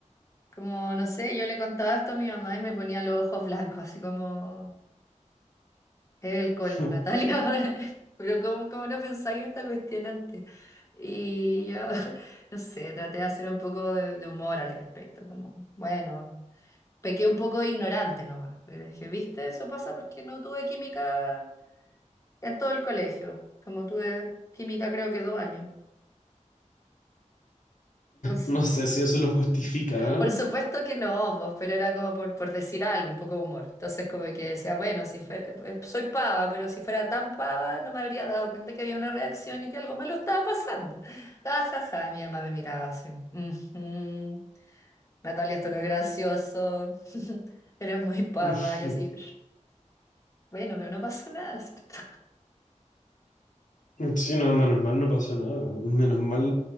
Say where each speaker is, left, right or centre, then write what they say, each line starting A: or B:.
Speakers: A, on the left; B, on the left.
A: Como, no sé, yo le contaba esto a mi mamá y me ponía los ojos blancos, así como, es el
B: <laughs>
A: colmo, Natalia. <laughs> Pero ¿cómo, cómo no pensáis esta cuestión antes? Y yo, <laughs> no sé, traté de hacer un poco de, de humor al respecto, como, bueno, pequé un poco de ignorante nomás. Pero dije, ¿viste? Eso pasa porque no tuve química en todo el colegio, como tuve química creo que dos años. <laughs>
B: No
A: Entonces,
B: sé si eso lo justifica,
A: Por supuesto que no, pues, pero era como por, por decir algo, un poco de humor. Entonces como que decía, bueno, si fuera, eh, soy pava, pero si fuera tan pava no me habría dado cuenta que había una reacción y que algo malo estaba pasando. Ah, ja, ja, mi mamá me miraba así. "Ujú, Natalia, esto no es gracioso. <laughs> Eres muy pava.
B: ¿eh? <laughs>
A: Yo así, bueno, pero no pasó nada, ¿cierto?
B: Sí, no, menos mal no pasó nada. Menos mal